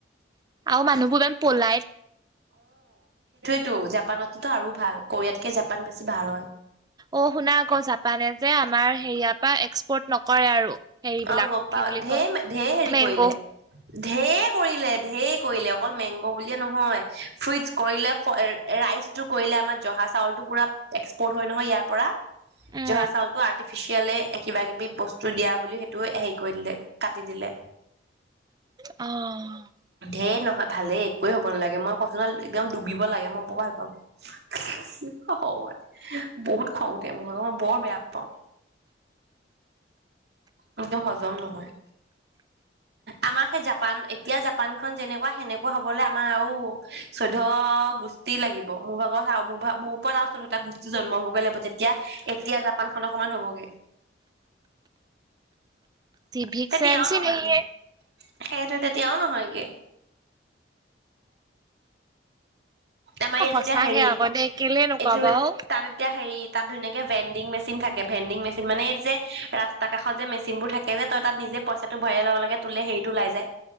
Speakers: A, on the right (about 20°); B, on the right (about 60°).
A: আ মানুহবোৰ পলাই
B: টো জাপানততো আৰু ভাল কোৰিয়াতকে জাপান বেছি ভাল হয়
A: অ শুনা আকৌ জাপানে যে আমাৰ হেৰিয়াৰ পৰা এক্সপৰ্ট নকৰে আৰু। হেৰিবিলাক
B: অ গম
A: কি
B: পাও
A: বুলি
B: ঢেৰ
A: কয়
B: ঢেৰ হেৰি
A: মেংগ'
B: কৰিলে। ঢেৰ কৰিলে ঢেৰ কৰিলে। অকল মেংগ বুলিয়ে নহয় ফ্ৰুইটচ কৰিলে। ৰাইচটো কৰিলে আমাৰ জহা চাউল টো পুৰা এক্সপৰ্ট হয় নহয়। ইয়াৰ পৰা
A: উম
B: জহা চাউলতটো আৰ্টিফিচিয়েলে কিবা কিবি বস্তু দিয়া বুলিেই। দু হেৰি কৰি দিলে কাটি দিলে।
A: অ'হ
B: ধেৰ নহয় ভালেই একোৱে হব নালাগে মই কচাল একদম ডুবিব লাগে। মই ব ভাল পাওঁ হয় বহুত খং উঠে মোৰ। বৰ বেয়া পাওঁ। একদম হজম নহয়। আমাৰ সেই জাপান এতিয়া জাপান খন যেনেকুৱা সেনেকুৱা হবলৈ আমাৰ আৰু চৈধ্য গোষ্ঠী লাগিব। মোৰ ভাগত আৰু মোৰাগ মোৰ ওপৰত আৰু চৈধ্যয়টা গোষ্ঠী জন্ম হবগৈ লাগিব তে। এতিয়া এতিয়া জাপান খ অ সমমান হ'বগে।
A: ভিক
B: তেতিয়াও
A: চেন চি
B: নহয়গে
A: ন হে।
B: সেইটো তেতিয়াও নহয়গে। আমাৰ
A: অ
B: ইয়াত
A: সঁচাকে
B: এতিয়া হেৰি
A: আকৌ দেই কেলে নোকোৱাবা
B: এইটো
A: অ
B: তাত এতিয়া হেৰি। তাত ধুনীয়াকে ভেণ্ডিং মেচিন থাকে ভেণ্ডিং মেচিন মানে এই যে ৰাস্তা কাষত যে মেচিনবোৰ থাকে। যে তই তাত নিজে পইচাটো ভৰাইাৰ লগে লগে তোলে হেৰি ওলাই যায়।